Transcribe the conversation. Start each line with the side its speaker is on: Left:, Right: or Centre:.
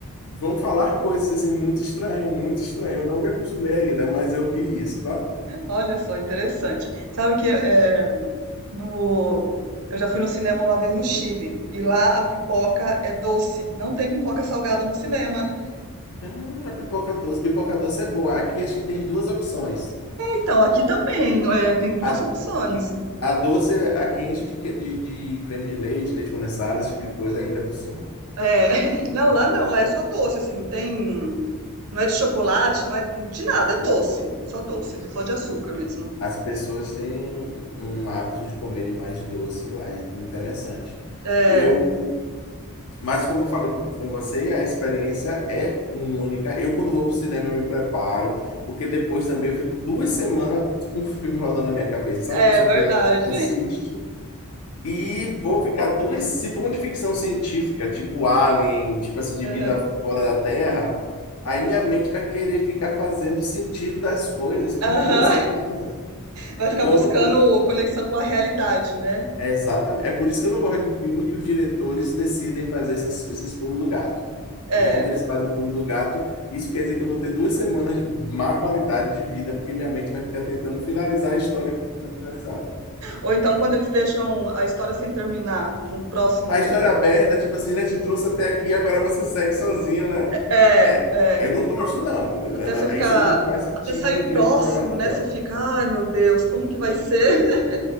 Left: vão falar coisas assim, muito estranho, muito estranho. Eu não me acostumei ainda, mas eu vi isso, tá?
Right: Olha só, interessante. Sabe que é, no, eu já fui no cinema uma vez no Chile e lá a pipoca é doce, não tem pipoca salgada no cinema.
Left: Hum, a pipoca doce. Pipoca doce é boa. Aqui acho que tem duas opções.
Right: Então, aqui também é, tem duas
Left: A,
Right: opções.
Left: a doce aqui enche de, cre- de, de creme de leite, leite condensado, esse tipo de coisa ainda por cima.
Right: É, <laughs> não, lá não, lá é só doce, assim, não tem, não é de chocolate, não é de nada, é doce, só doce, só de açúcar mesmo.
Left: As pessoas têm um, um hábito de comerem mais de doce lá, é interessante.
Right: É,
Left: Eu, mas como eu falei com com você, a experiência é única. Eu, quando vou pro cinema, eu me preparo, porque depois também eu fico duas semanas com o filme rodando na minha cabeça. Sabe
Right: é
Left: que eu sou
Right: verdade.
Left: aquela pessoa que assiste E vou ficar duas. Se for uma de ficção científica, tipo Alien, tipo assim, de
Right: <laughs>
Left: vida
Right: Aham.
Left: fora da Terra, aí minha mente vai querer ficar fazendo sentido das coisas por
Right: Aham.
Left: duas semanas.
Right: Vai
Left: Então,
Right: ficar buscando
Left: eu não. cu-
Right: conexão com a realidade, né?
Left: é Exatamente. É por isso que eu não gosto de filme que os diretores decidem fazer essas, esses pulos do gato.
Right: É.
Left: Porque quando eles fazem o pulo do gato, isso quer dizer que eu vou ter duas semanas de má qualidade de vida, porque minha mente vai ficar tentando finalizar a história que não finalizaram.
Right: Ou então quando eles deixam a história sem terminar para um próximo.
Left: a história aberta, tipo assim, né? Te trouxe até aqui, agora você segue sozinho, né?
Right: É,
Left: É,
Right: é.
Left: eu não gosto, não. Eu-
Right: Até
Left: não-
Right: você ficar.
Left: Isso aí me faz sentir
Right: Até sair
Left: que meu
Right: o
Left: dinheiro
Right: próximo,
Left: foi jogado
Right: né?
Left: fora.
Right: Você fica, ai meu Deus, como que vai ser? <laughs>